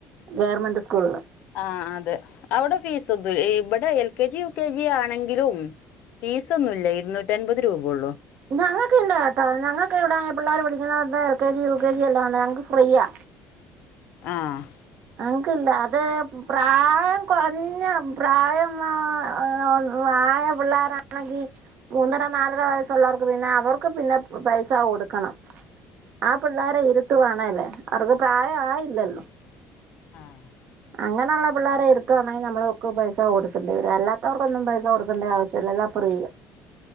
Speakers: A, on the right (about 50°); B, on the left (about 60°).
A: ഗവർമെന്റ് സ്കൂള്കള്
B: ആഹ് അതെ അവടെ ഫീസ് ഒന്നു ഏഹ് ഇവടെ L K G U K G ആണെങ്കിലും ഫീസൊന്നുല്ല്യ ഇരുന്നൂറ്റി അൻപത് രൂപള്ളൂ
A: ഞങ്ങക്കില്ല കേട്ടോ ഞങ്ങക്കിവിടെ പിള്ളാര് പഠിക്കണടത്ത് L K G, U K G എല്ലാം ഉണ്ട് ഞങ്ങക്ക് ഫ്രീയാ
B: ആഹ്
A: ഞങ്ങൾക്കില്ല അത് പ്രായം കുറഞ്ഞ പ്രായമായ. <unintelligible> പിള്ളേരാണെങ്കിൽ മൂന്നര. നാലര വയസ്സുള്ളവർക്ക് പിന്നെ അവർക്ക് പിന്നെ പൈസ കൊടുക്കണം. ആഹ് പിള്ളേരെ ഇരുത്തുവാണേല് അവർക്ക് പ്രായം ആയില്ലല്ലോ.
B: ആഹ്
A: അങ്ങനെയുള്ള പിള്ളേരെ ഇരുത്തുവാണെങ്കിൽ നമ്മടെ ഒക്കെ പൈസ കൊടുക്കേണ്ട വരും, അല്ലാത്തവർക്കൊന്നും പൈസ കൊടുക്കേണ്ട ആവശ്യമില്ല ഹാഫ്. ഫ്രീയാ